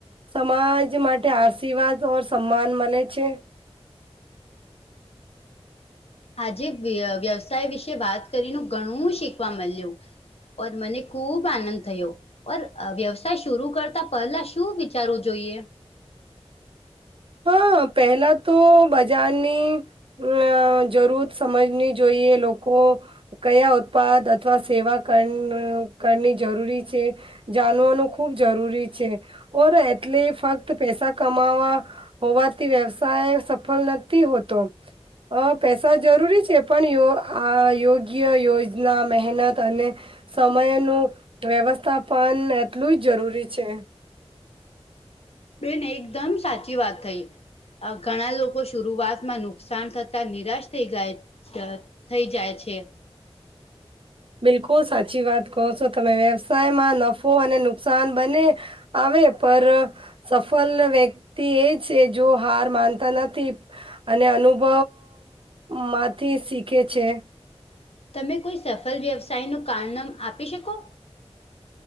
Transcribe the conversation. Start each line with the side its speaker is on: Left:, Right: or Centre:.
Right: સમાજ માટે આશીર્વાદ ઓર સન્માન મળે છે
Left: આજે વ્યવસાય વિશે વાત કરીને ઘણું શીખવા મળ્યું ઔર મને ખૂબ આનંદ થયો ઓર વ્યવસાય શરુ કરતા પહેલા શું વિચારવું જોઈએ
Right: હા પહેલા તો બજારની અમ જરૂર સમજની જોઈએ લોકો કયા ઉત્પાદ અથવા સેવા કરની જરૂરી છે જાણવાનું ખુબ જરૂરી છે ઓર એટલે ફક્ત પેસા કમાવા હોવાથી વ્યવસાય સફળ નથી હોતો પૈસા જરૂરી છે પણયો આ યોગ્ય યોજના મહેનત અને સમયનું વ્યવસ્થાપન એટલું જ જરૂરી છે
Left: બેન એકદમ સાચી વાત થઈ ઘણા લોકો શરઆતમાં નુકસાન થતા નિરાશ થઈ ગયા થઈ જાય છે
Right: બિલકુલ સાચી વાત કહો છો તમે વ્યવસાયમાં નફો અને નુકસાન બને આવે પર સફલ વ્યક્તિ એ છે જો હાર માનતા નથી અને અનુભવ માંથી શીખે છે
Left: તમે કોઈ સફળ વ્યવસાયનું કારણમ આપી શકો